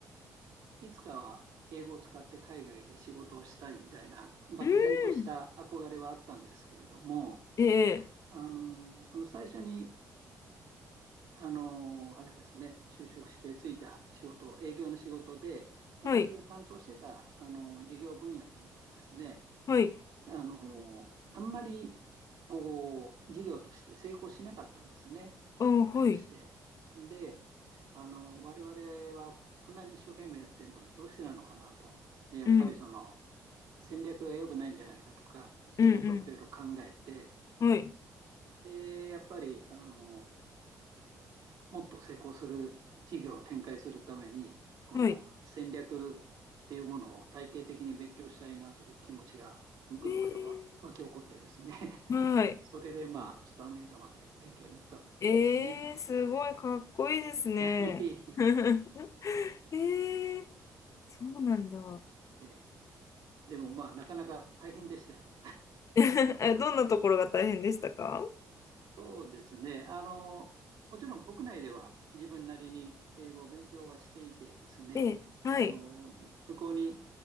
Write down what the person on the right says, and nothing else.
いつかは英語を使って海外で仕事をしたいみたいな、漠然とした憧れはあったんですけれども、
あの、その最初に、あの、あれですね、就職してついた仕事、営業の仕事で、私が担当してた、
あの、事業分野というのがですね、
あの、あんまり、こう、事業として成功しなかったんですよね。
結果として。
で、あの、我々はこんなに一生懸命やってるのにどうしてなのかなと。で、やっぱりその、
戦略が良くないんじゃないかとか、そういうことをいろいろ考えて、
で、やっぱり、あの、もっと成功する事業を展開するために、この戦略っていうものを体系的に勉強したいなという気持ちがむくむくとわ湧き起こってですね。
それでまあ、ちょっとアメリカまで勉強に行ったという感じですね。
はい。<laughs>
えでもまあ、なかなか大変でしたよ。
そうですね。あの、もちろん国内では自分なりに英語を勉強はしていてですね、
あの、向こうに